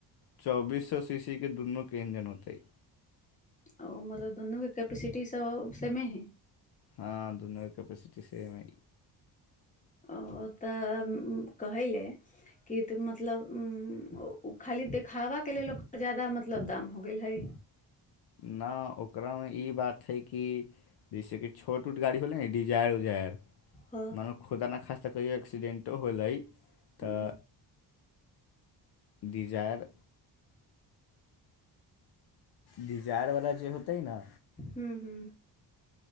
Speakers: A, on the left (about 65°); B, on the left (about 20°).
A: चौबीस सीशी के दुनू के इंजन होतै
B: आ मत दुनूके कैपटी स सेमे है
A: हँ दुनू कैपिसिटी सेम है
B: ओ त कहैले कि त मतलब ओ खाली देखावा के लेल ओकर ज्यादा मतलब दाम हो गेल हइ
A: न ओकरा मे ई बात है कि जैसे छोट उट गाड़ी होलै डिजार उजार
B: हँ
A: मान खुदा ने खासता कहियो एक्सीडेंटो होलै
B: हूँ
A: त दिजायर डिजारवला जे होतै न
B: हूँ हूँ